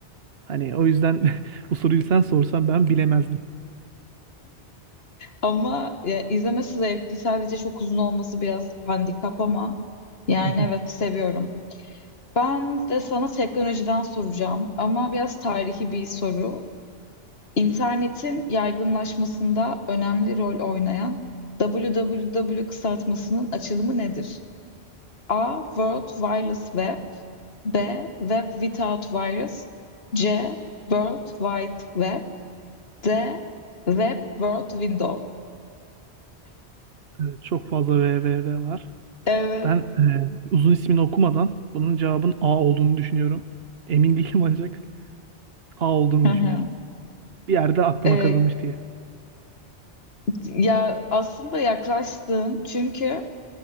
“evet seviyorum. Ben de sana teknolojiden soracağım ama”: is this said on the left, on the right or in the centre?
Left